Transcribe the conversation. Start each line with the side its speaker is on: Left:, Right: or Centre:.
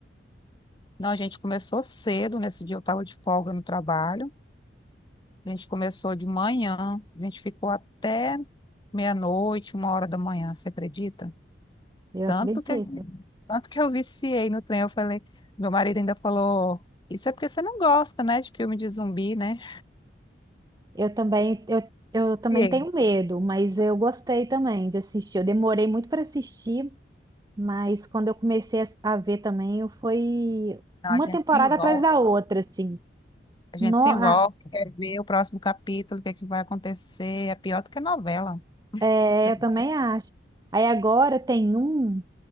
Left: Não, a gente começou cedo. Nesse dia eu estava de folga no trabalho. A gente começou de manhã, a gente ficou até meia-noite, uma hora da manhã, você acredita?
Right: Eu
Left: Tanto
Right: acredito.
Left: que, tanto que eu viciei no trem. Eu falei, meu marido ainda falou: Isso é porque você não gosta, né, de filme de zumbi, né?
Right: Eu também eu, eu também
Left: Viciei.
Right: tenho medo, mas eu gostei também de assistir. Eu demorei muito para assistir. Mas quando eu comecei a a ver também, eu- foi
Left: Não,
Right: uma
Left: a gente
Right: temporada
Left: se envolve.
Right: atrás da outra, assim.
Left: A gente
Right: No,
Left: se
Right: a-
Left: envolve, quer ver o próximo capítulo, o que é que vai acontecer. É pior do que novela.
Right: é,
Left: Você...
Right: eu também acho. Aí agora tem um